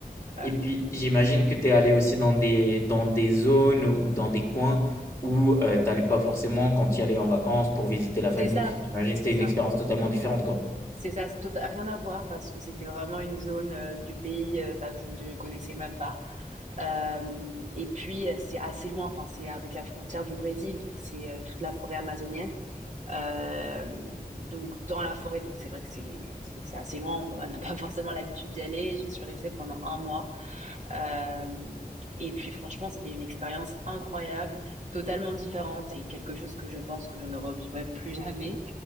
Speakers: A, on the right; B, on the left.
A: Euh,
B: Et puis j'imagine que t'es allé aussi dans des, dans des zones ou dans des coins où euh, t'allais pas forcément quand tu y allais en vacances pour visiter la famille.
A: C'est ça,
B: J'imagine que
A: c'est
B: c'était
A: ça,
B: une expérience totalement différente, quoi.
A: c'est ça, c'est tota- rien à voir parce que c'était vraiment une zone euh, du pays euh, bah, que je ne connaissais même pas. Euh, et puis euh, c'est assez loin, enfin c'est avec la frontière du Brésil, donc c'est euh, toute la forêt amazonienne. Euh, donc dans la forêt, donc c'est vrai que c'est c'est c'est assez loin, on n'a pas forcément l'habitude d'y aller. J'y suis restée pendant un mois. Euh, et puis franchement, c'était une expérience incroyable, totalement différente et quelque chose que je pense que je ne revivrai plus jamais.